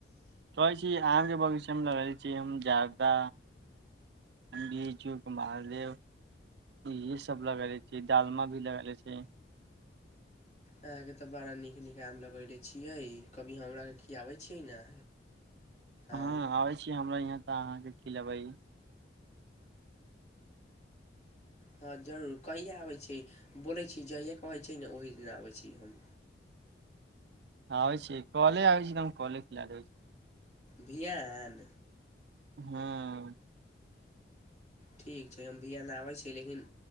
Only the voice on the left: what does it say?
अहाँके तऽ बड़ा नीक नीक आम लगेलै छियै। कभी हमराके की खियाबै छियै ने?
आम
हँ जरूर, कहिया आबैत छी? बोलैत छी जहिे कहैत छै ने ओहि दिना अबै छी हम।
बिहान
ठीक छै हम बिहान आबै छी, लेकिन